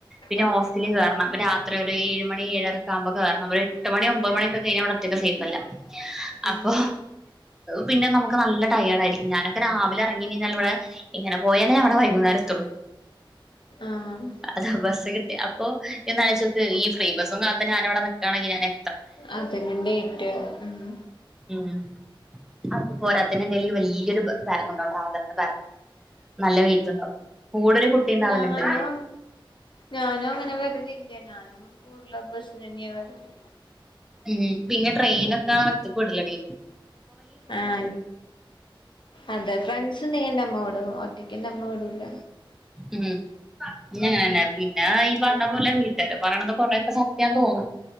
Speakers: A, in the centre; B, on the left (about 65°).
A: പിന്നെ
B: എത്തില്ല
A: ഹോസ്റ്റലിൽ കേറണം രാത്രി ഒരു ഏഴ് മണി ഏഴരക്ക ആ കുമ്പൊ കേറണം ഒരെട്ട് മണി ഒമ്പത് മണിക്കെ കഴിഞ്ഞാ അവിടൊറ്റക്ക് സേഫല്ല
B: ആഹ്
A: അപ്പൊ പിന്നെ നമുക്ക് നല്ല ടയേടായിരിക്കും ഞാനൊക്കെ രാവിലെ ഇറങ്ങി ഞ്ഞാൽ ഇവിടെ എങ്ങനെ പോയാലേ അവിടെ വൈകുന്നേരത്തുള്ളൂ
B: ആഹ്
A: അതാ ബസ്സ് കിട്ടി അപ്പൊ ഒന്നാലോയ്ച്ചോക്ക് ഈ ഫ്രീ ബസ്സും കാത്ത് ഞാനവിടെ നിക്കാണെങ്കിൽ ഞാനെ
B: അതിലുംലേറ്റാവും
A: ഉം അപ്പ പോരാത്തേന് എന്റേല് വല്യൊരു ബാഗ് ഉണ്ടാ ട്രാവലറിന്റെ ബാഗ് നല്ല വെയിറ്റ് ഉണ്ടാകും കൂടൊരു കുട്ടി ഉണ്ടാവലുണ്ട്
B: ഞാനോ ഞാനോ അങ്ങനെ വരലില്ല ഞാനും കൂടല് ബസിനന്നെ യാ വരല്
A: ഉം പിന്നെ ട്രെയിനക്കെ ഒറ്റക്ക് വിടുല്ല ടീ
B: ആ അതെ ഫ്രെൻസ് സുണ്ടേഅമ്മ വി ടോ ഒറ്റക്കെന്റെ അമ്മ വീടൂല്ല
A: ഉം ന്നെ ങ്ങനന്നെ പിന്ന ഈ പറഞ്ഞ പോലെ വീട്ടുകാര് പറയണത് കൊറെയൊക്കെ സത്യാന്ന് തോന്നും